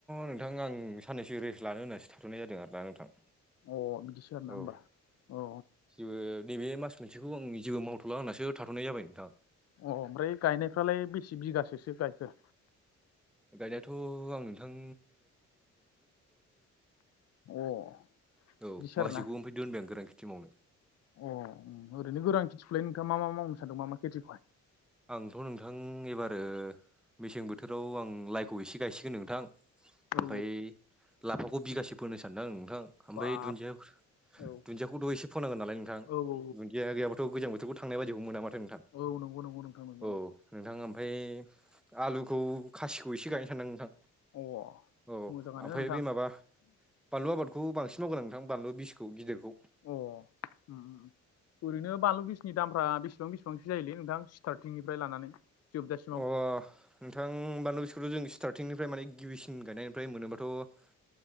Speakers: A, in the centre; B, on the left (about 55°).
A: नोंथां आं साननैसो रेस्ट लानो होननासो थाथ'नाय जादों आरोना नोंथां।
B: अह बिदिसो आरो ना
A: औ
B: होमबा औ।
A: जेबो नैबे मास मोनसेखौ आं जेबो मावथ'ला होननासो थाथ'नाय जाबाय नोंथां।
B: अह ओमफ्राय गायनायफ्रालाय बेसे बिगासोसो गायखो?
A: गायनायाथ' आं नोंथां।
B: अ
A: औ
B: बिदिसो
A: माखासेखौ
B: आरोना
A: ओमफ्राय दोनबाय आं गोरान खेथि मावनो।
B: अह ओरैनो गोरां खेथिखौलाय नोंथाङा मा मा मावनो सानदों मा मा खेथिखौहाय?
A: आंथ' नोंथां एबारो मेसें बोथोराव आं लाइखौ एसे गायसिगोन नोंथां।
B: औ
A: ओमफ्राय लाफाखौ बिगासे फोनो सानदों आं नोंथां। ओमफ्राय
B: बाब
A: दुन्दिया
B: औ
A: दुन्दियाखौ
B: औ औ
A: थांनाय बदिखौ मोना माथो नोंथां।
B: औ नंगौ नंगौ। नंगौ
A: औ
B: नंगौ
A: नोंथां ओमफ्राय आलुखौ खासिखौ एसे गायनो सानदों नोंथां।
B: अ
A: औ
B: मोजाङानो
A: ओमफ्राय
B: नोंथां
A: बे माबा बानलु आबादखौ बांसिन मावगोन आ नोंथां बानलु बिसखौ गिदिरखौ
B: अह उम उम ओरैनो बानलु बिसफोरनि लामाफोरा बेसे बेसे‌जायोलै सिथारथिंनिफ्राय लानानै जोबजासिमाव
A: अह नोंथां बानलु बिसखौथ'जों स्टार्टिंनिफ्राय माने गिबिसिन गायनायनिफ्राय मोनोबाथ'